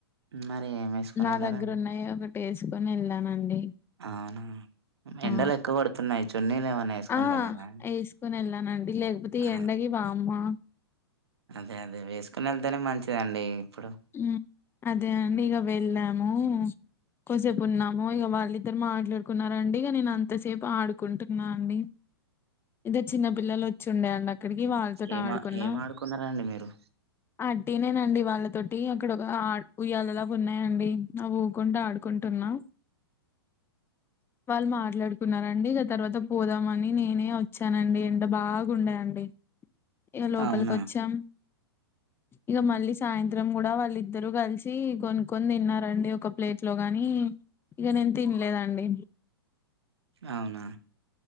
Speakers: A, on the right (about 75°); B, on the left (about 15°).
A: మరి ఏమేసుకొని
B: నా
A: వెళ్లారండి?
B: దగ్గర ఉన్నయే ఒకటి వేసుకొని వెళ్ళానండి
A: అవునా
B: ఆ
A: ఎండలు ఎక్కువ కొడుతున్నయి చున్నీలు ఏమైన్నా వేసుకొని
B: ఆ
A: వెళ్ళారా
B: ఏసుకొని వెళ్ళానండి లేకపోతే
A: ఆ,
B: ఈ ఎండకి వామ్మా
A: అదే అదే వేసుకొని వెళ్తేనే మంచిదండి ఇప్పుడు
B: హు అదే అండి ఇగ వెళ్ళాము కొసేపు ఉన్నాము ఇగ వాళ్ళిద్దరు మాట్లాడుకున్నారండి ఇగ నేను అంతసేపు ఆడుకుంటున్నా అండి ఇద్ద చిన్న పిల్లలు వచ్చిండేయండి అక్కడికి వాళ్ళతో
A: ఏమ
B: ఆడుకున్న
A: ఏం ఆడుకున్నారండి మీరు
B: అడ్డేనేనండి వాళ్ళతో టి అక్కడ ఒక ఆ ఉయ్యాలలాగ ఉన్నాయండి అవ్వి ఊకుంట ఆడుకుంటున్నా వాళ్ళు మాట్లాడుకున్నారండి ఇగ తర్వాత పోదామని నేనే వచ్చానండి ఎండ బాగుండేయండి ఇగ లోపలికి
A: అవునా
B: వచ్చాం ఇగ మళ్ళీ సాయం త్రం కూడ వాళ్ళిద్దరు కలిసి కొనుక్కోని తిన్నారండి ఒక ప్లేట్ లో గాని ఇగ నిన్ తినలేదండి
A: అవునా